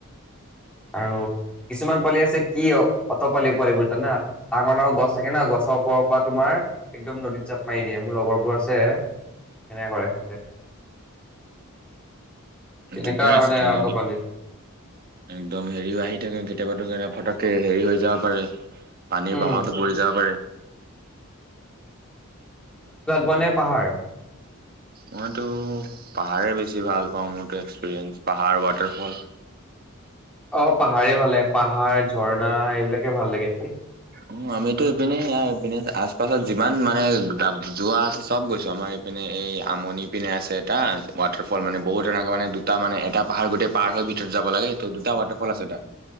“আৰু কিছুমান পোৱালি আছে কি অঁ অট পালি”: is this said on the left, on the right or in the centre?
Centre